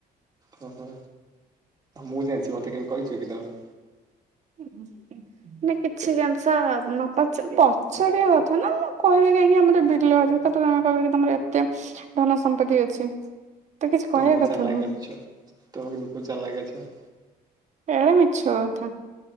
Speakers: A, on the right (about 25°); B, on the right (about 45°).
A: ଓ ହୋ ମୁଁ ଜାଣିଛି ମତେ କେବେ କହିଛୁ କି ତମେ।
B: ହୁଁ। ନା କିଛି ଜିନିଷ ନ ପଚ ପଚାରିବା କଥା ନା ମୁଁ କହିବି କାହିଁକି ଆମର ବିଲ ତାପରେ ଆମେ କହିବା କି ତମର ଏତେ ଧନ ସମ୍ପତ୍ତି ଅଛି। ତ କିଛି କହିବା
A: ତମେ ବହୁତ୍
B: କଥା
A: ଚାଲାକ୍
B: ନୁହଁ
A: ଅଛ ତମେ ବିଲକୁଲ ଚାଲାକ୍ ଅଛ।
B: ଏଟା ମିଛ କଥା।